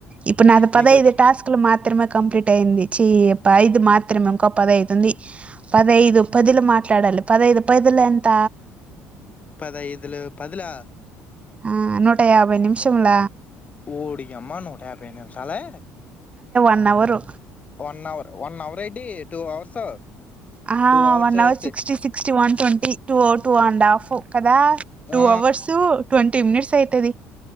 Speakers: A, on the right; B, on the left.
A: ఇప్పుడు నాది
B: నీకు
A: పదైదు టాస్కులు మాత్రమే కంప్లీట్ అయింది. చే ఐదు మాత్రమే ఇంకో పదైతుంది. పదహైదు పదులు మాట్లాడాలి. పదహైదు పదులు ఎంత
B: పదైదులు పదులా
A: ఆ నూట యాభై నిమిషముల
B: ఓడి అమ్మ నూట యాభై నిమిసాలే
A: అన్నవరు
B: వన్ అవర్ వన్ అవర్ రెడ్డీ టూ అవర్స్
A: ఆ
B: టూ అవర్స్
A: వన్ అవర్
B: అయితే
A: sixty sixty one twenty two two and half కదా టూ
B: ఆ,
A: అవర్స్ ట్వంట మినిట్స్ అయితది